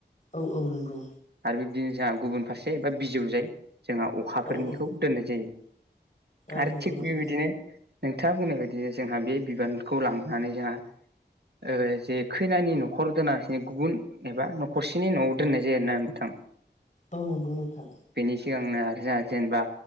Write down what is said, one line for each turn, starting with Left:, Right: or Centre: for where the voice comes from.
Left: औ औ नंगौ
Right: आरो बिबदिनो जोंहा गुबुन फारसे बा बिजौजाय जोंहा अखाफोरनिखौ
Left: औ औ
Right: दोननाय जायो‌
Left: औ
Right: आरो
Left: नंगौ
Right: थिग
Left: नोंथां
Right: बेबायदिनो नोंथाङा बुंनाय बायदि जोंहा बे बिबानखौ लांनानै जोंहा ओ जे खैनानि न'खर दोनांसिनो गुबुन एबा न' खरसेनि न'आव दोननाय जायो ना नोंथां
Left: औ नंगौ नोंथां
Right: बेनि सिगांनो आरो जोंहा जेनेबा